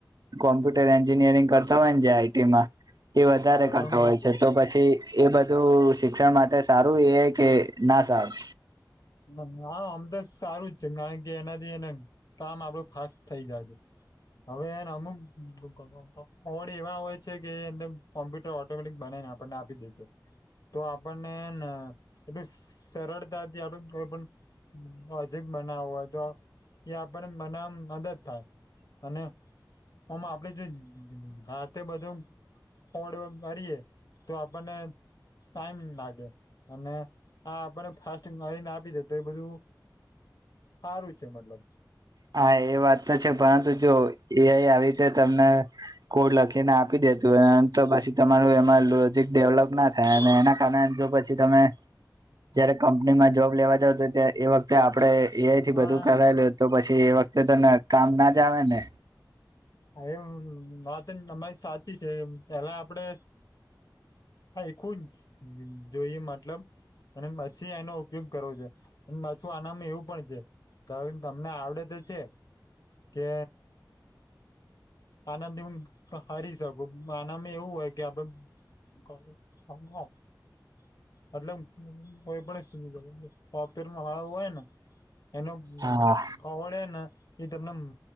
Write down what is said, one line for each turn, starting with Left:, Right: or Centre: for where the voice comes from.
Right: કોમ્પ્યુટર એન્જિનિયરિંગ કર ય છે આઈટીમાં એ વધારે
Left: હા એમાં
Right: કરતો હોય છે તો પછી એ બધ બધું શિક્ષણ માટે સારું એ કે ના સારું
Left: ના અમ તો સારું જ છે કારણ કે એનાથી એને કામ આપડું ફાસ્ટ થઇ જાય છે હવે એને અમુક ઓડ એવા હોય છે કે કોમ્પ્યુટર ઓટોમેટિક બના આપણને આપી દેજ તો આપણનેને એટલું સરળતાથી આપું કોઈ પણ હજીક બનાવું હોય તો એ આપણને બનાવવામાં મદદ થાય અનેને હમ આપડે જોતે બધું ફડ કરીએ તો આપણને ટાઈમ લાગે અને આ આપણને ફાસ્ટને તો એ બધું સારું છે મતલબ
Right: હા એ વાત તો છે પરંતુ જો એ આવી રીતે તમને કોડ લખીને આપી દેતુંમ તો પછી તમારું એમાં લોજિક ડેવલપ ના થાય અને એના કારણે જો પછી તમે જયારે કંપનીમાં જોબ લેવા જાવ તો ત્યારે એ વખતે આપડણે એઆઈથી
Left: પણ
Right: બધું કરાયેલું તો પછી એ વખતે તો કામ ના જ આવે ને
Left: હ એ વાત અમારી સાચી છે પેલા આપડે હા એું જ જોઈએ મતલબ અને પછી એનો ઉપયોગ કરવો છો માછું આનામ એવું પણ છે તો તમને આવડે તો છે કે આનાંદથી હું હરી શકું આનામ એવું હોય કે આપડે બ સમભાઈ <inaudible> મતલબ કોઈ પણફવેરમાંું હોય ને એનો
Right: હા
Left: ખવડે ને એ તમને